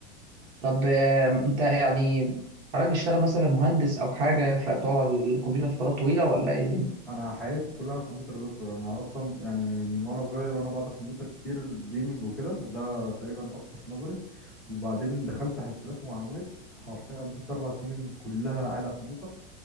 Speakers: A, on the right (about 45°); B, in the centre.
A: طب آه، انت يعني حضرتك بتشتغل مثلا مهندس او حاجه فبتقعد على الكمبيوتر فترات طويله ولا ايه الدنيا
B: أنا حياتي كلها على الكمبيوتر يا دكتور أنا أصلا يعني من وأنا صغير وأنا بقعد على الكمبيوتر كتير جيمنج وكده وده تقريبا أثر في نظري وبعدين دخلت حاسبات ومعلومات حرفيا قضيت أربع سنين كلها قاعد على الكمبيوتر